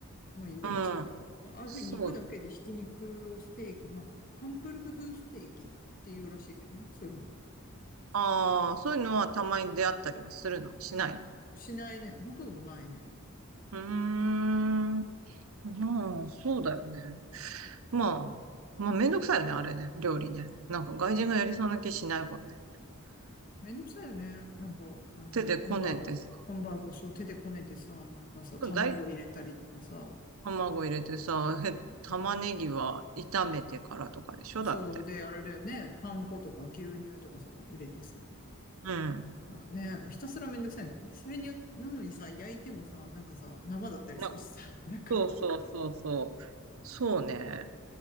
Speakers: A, on the left; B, on the right.
A: のイメージ。
B: ん、
A: ああいうふうに肉だけでひき肉をステーキに、
B: そう。
A: まあ、ハンブルグ風ステーキっていうらしいけどね、そういうのは。
B: ああ、そういうのはたまに出会ったりはするのしないの
A: しないね。ほとんどないね。
B: うーん、まあ、そうだよね。まあ、まあ、めんどくさいよね、あれね、料理ね。なんか外人がやりそうな気しないもんね。
A: めんどくさいよね。なんか、あの、
B: 手でこねてさ。
A: ハンバーグ、ハンバーグ、そう、手でこねてさ、なんかさ、卵入れたりとかさ、
B: だ卵入れてさ、へ玉ねぎは炒めてからとかでしょだって。
A: そう、で、あれだよね、パン粉とか牛乳とかさ、入れてさ、
B: うん。
A: まあね、ひたすらめんどくさいよね。で、それによ、なのにさ、焼いてもさ、なんかさ、生だったりするしさ、
B: な、
A: <laughs> なんか、
B: そうそうそうそう。そうね。